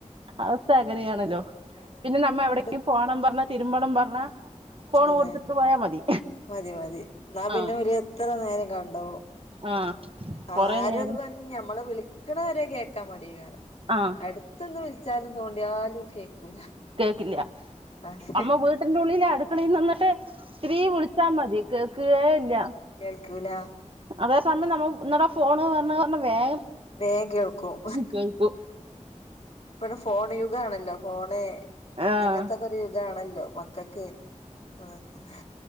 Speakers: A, on the right (about 45°); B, on the left (about 60°).
A: അവസ്ഥ അങ്ങനെയാണല്ലോ
B: അതെ
A: പിന്നെ നമ്മ എവിടെങ്കും
B: എട്
A: പോണം പറഞ്ഞാ തിരുമ്പണം പറഞ്ഞാ ഫോൺ
B: അതെ
A: കൊടുത്തിട്ട് പോയാ മതി
B: മതി മതി എന്നാ പിന്നെ
A: ആഹ്
B: ഓല് എത്ര നേരം കണ്ടോളും
A: ആഹ് കൊറെ
B: ആരന്ന്
A: നേരം
B: പറഞ്ഞ് ഞമ്മളെ വിളിക്കണവരെ കേക്കാൻ മടകാരം
A: ആഹ്
B: അടുത്തൊന്ന് വിളിച്ചാലും തോണ്ടിയാലും കേക്കൂല
A: കേക്കില്ല
B: അതെ
A: അമ്മ വീട്ടിന്റെ ഉള്ളില് അടുക്കളയിന്ന് നിന്നിട്ട് ഇത്തിരീ വിളിച്ചാ മതി കേക്കു കേ ഇല്ല
B: കേൾക്കു ല
A: അതേ സമയം നമ്മ ഇന്നട ഫോണ് പറ പറഞ്ഞ വേഗം
B: വേഗം കേൾക്കും
A: കേൾക്കും
B: ഇപ്പടെ ഫോൺ യുഗമാണല്ലോ ഫോണ്
A: ആഹ്
B: അങ്ങനത്തെക്കെ ഒരു യുഗമാണല്ലോ മക്കൾക്ക് ആഹ് അങ്ങനെ